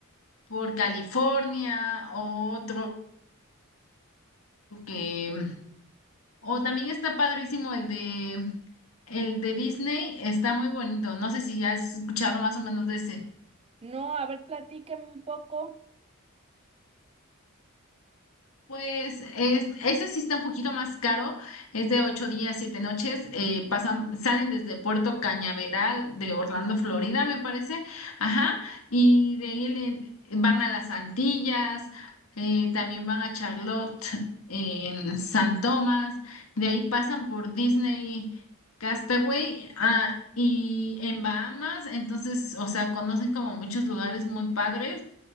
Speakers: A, on the left; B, on the right.
A: por California, otro que, o también está padrísimo el de, el de Disney, está muy bonito, no sé si has escuchado más o menos de ese.
B: No, a ver, platícame un poco.
A: Pues es- ese sí está un poquito más caro, es de ocho días, siete noches, eh, pasan, salen desde Puerto Cañaveral de Orlando, Florida, me parece, ajá, y de ahí le- van a las Antillas, eh, también van a Charlotte, en San Tomás, de ahí pasan por Disney Castaway, ah, y en Bahamas, entonces, o sea, conocen como muchos lugares muy padres.